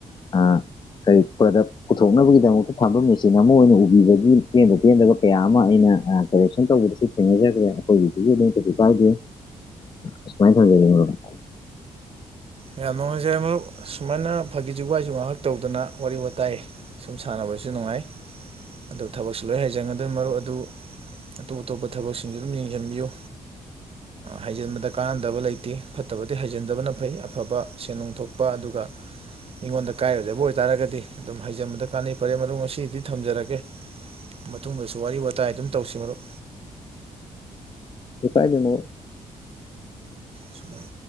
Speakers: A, on the left; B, on the right.
A: ꯑꯥ ꯀꯔꯤ ꯄ꯭ꯔꯗꯛ ꯄꯨꯊꯣꯛꯅꯕꯒꯤꯗꯃꯛꯇ ꯊꯝꯕ ꯃꯦꯆꯤꯟ ꯑꯃ ꯑꯣꯏꯅ ꯎꯕꯤꯕꯒꯤ ꯄꯦꯟꯗ ꯄꯦꯟꯗꯕ ꯀꯌꯥ ꯑꯃ ꯑꯩꯅ ꯀꯔꯦꯛꯁꯟ ꯇꯧꯕꯗ ꯊꯦꯡꯅꯖꯈ꯭ꯔꯦ ꯑꯩꯈꯣꯏꯒꯤꯁꯤꯁꯨ ꯑꯗꯨꯝ ꯀꯩꯁꯨ ꯀꯥꯏꯗꯦ ꯑꯁꯨꯃꯥꯏꯅ ꯊꯧꯖꯒꯦ ꯃꯔꯨꯞ
B: ꯌꯥꯝ ꯅꯨꯡꯉꯥꯏꯖꯩ ꯃꯔꯨꯞ ꯁꯨꯃꯥꯏꯅ ꯐꯥꯒꯤ ꯖꯨꯒꯥꯢ ꯉꯥꯏꯍꯥꯛ ꯇꯧꯗꯅ ꯋꯥꯔꯤ ꯋꯥꯇꯥꯏ ꯁꯨꯝ ꯁꯥꯟꯅꯕꯁꯨ ꯅꯨꯡꯉꯥꯏ ꯑꯗꯨ ꯊꯕꯛꯁꯨ ꯂꯣꯏ ꯍꯩꯖꯤꯟꯒꯗꯧꯅꯤ ꯃꯔꯨꯞ ꯑꯗꯨ ꯑꯇꯣꯞ ꯑꯇꯣꯞꯄ ꯊꯕꯛꯁꯤꯡꯁꯨ ꯑꯗꯨꯝ ꯌꯦꯡꯁꯤꯟꯕꯤꯌꯨ ꯍꯩꯖꯤꯟꯕꯗ ꯀꯥꯟꯅꯗꯕ ꯂꯩꯇꯦ ꯐꯠꯇꯕꯗꯤ ꯍꯩꯖꯤꯟꯗꯕꯅ ꯐꯩ ꯑꯐꯕ ꯁꯦꯟꯅꯣꯡ ꯊꯣꯛꯄ ꯑꯗꯨꯒ ꯃꯤꯉꯣꯟꯗ ꯀꯥꯏꯔꯣꯏꯗꯕ ꯑꯣꯏꯇꯥꯔꯒꯗꯤ ꯑꯗꯨꯝ ꯍꯩꯖꯟꯕꯗ ꯀꯥꯟꯅꯩ ꯐꯔꯦ ꯃꯔꯨꯞ ꯉꯁꯤꯒꯤꯗꯤ ꯊꯝꯖꯔꯒꯦ ꯃꯇꯨꯡꯗꯁꯨ ꯋꯥꯔꯤ ꯋꯥꯇꯥꯏ ꯑꯗꯨꯝ ꯇꯧꯁꯤ ꯃꯔꯨꯞ
A: ꯀꯩꯁꯨ ꯀꯥꯢꯗꯦ ꯃꯔꯨꯞ
B: ꯁꯨꯃꯥꯏ